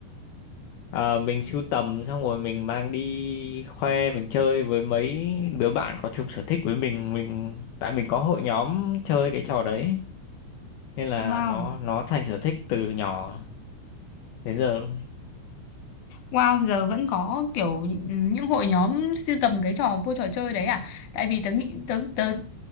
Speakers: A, on the left (about 75°); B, on the left (about 55°).
A: ờ, mình sưu tầm xong rồi mình mang đi khoe mình chơi với mấy đứa bạn có chung sở thích với mình mình tại mình có hội nhóm chơi cái trò đấy nên là
B: Wow
A: nó nó thành sở thích từ nhỏ đến giờ luôn.
B: Wow, giờ vẫn có kiểu những những hội nhóm sưu tầm cái trò vua trò chơi đấy à? Tại vì tớ nghĩ tớ tớ